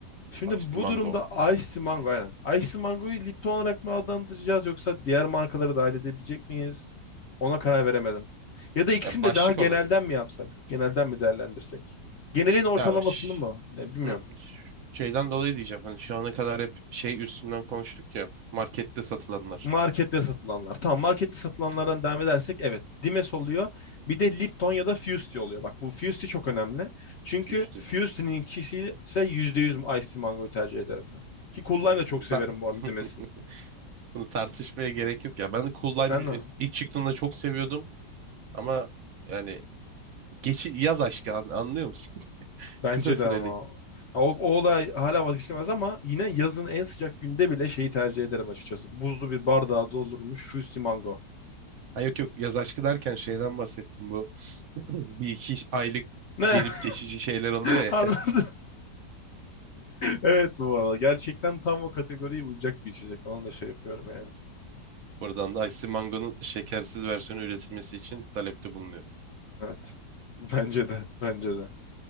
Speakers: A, on the left; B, on the right.
A: Şimdi
B: Iced
A: bu
B: mango.
A: durumda Ice Mango aynen. Ice Mango'yu Lipton olarak mı adlandıracağız yoksa diğer markaları dahil edebilecek miyiz? Ona karar veremedim. Ya da ikisini
B: Ya
A: de
B: başlık
A: daha genelden
B: olarak.
A: mi yapsak? Genelden mi değerlendirsek? Genelin ortalamasını
B: Ya baş...
A: mı? Ne bilmiyorum.
B: Hı, şeyden dolayı diyeceğim. Hani şu ana kadar hep şey üstünden konuştuk ya. Markette satılanlar
A: Markette satılanlar. Tamam markette satılanlardan devam edersek evet. Dimes oluyor. Bir de Lipton ya da Fusti oluyor. Bak bu Fusti çok önemli. Çünkü
B: üstü.
A: Fusti'nin ikisi ise %100 Ice Mango'yu tercih ederim ben. Ki Cool Lime'ı
B: Abi
A: da çok
B: bunu,
A: severim
B: tar-
A: bu arada
B: <laughs>
A: Dimes'in.
B: bunu tartışmaya gerek yok ya. Ben de Cool
A: Sen
B: Lime
A: ne?
B: ilk çıktığında çok seviyordum. Ama yani Geçi yaz aşkı an- anlıyor musun? <laughs>
A: Bence
B: Kısa süreli.
A: de ama. Ya O, o olay hala vazgeçilmez ama yine yazın en sıcak günde bile şeyi tercih ederim açıkçası. Buzlu bir bardağa doldurulmuş Fruity Mango.
B: Ha yok yok yaz aşkı derken şeyden bahsettim bu. <clears throat> Bir iki aylık
A: Ne?
B: gelip geçici şeyler alıyor
A: <laughs>
B: ya.
A: Anladın?
B: <laughs>
A: Evet bu arada. Gerçekten tam o kategoriye uyacak bir içecek. Onu da şey yapıyorum yani.
B: Buradan da Ice Mango'nun şekersiz versiyonu üretilmesi için talepte bulunuyor.
A: Evet. <laughs> Bence de. Bence de.